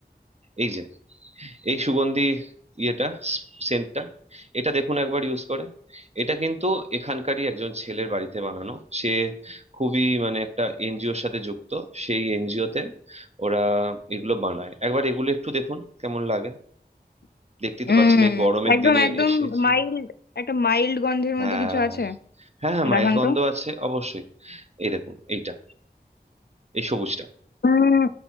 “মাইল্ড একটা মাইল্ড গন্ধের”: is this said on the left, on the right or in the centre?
Left